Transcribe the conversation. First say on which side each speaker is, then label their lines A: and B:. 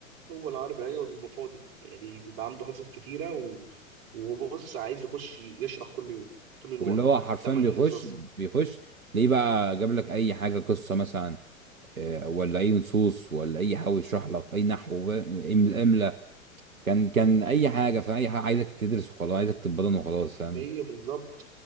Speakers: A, on the right; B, on the right.
A: هو العربي ايوه بيبقى فاضي يعني بيبقى عنده حصص كتيره و... وبص عايز يخش يشرح كل يوم طول الوقت
B: واللي هو حرفيا
A: تمن
B: بيخش
A: حصص
B: بيخش تلاقيه بقى جاب لك اي حاجه قصه مثلا آه، ولا اي نصوص ولا اي حاول يشرح لك اي نحو بقى، املا كان كان اي حاجه في اي حاجه عايزك تدرس وخلاص عايزك تتبطن وخلاص فاهم
A: هي بالظبط